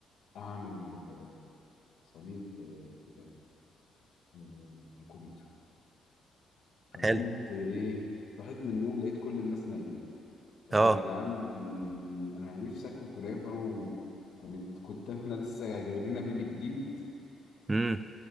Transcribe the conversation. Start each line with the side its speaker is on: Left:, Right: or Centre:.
Left: اعمل آه، صينيه آه، بتاع آه، كنافه فقمت
Right: حلو
Left: ايه صحيت من النوم لقيت كل الناس نايمه طب
Right: اه
Left: يا جدعان انا نفسي اكل كنافه وكانت كنت احنا لسه جاي لنا بيبي جديد
Right: امم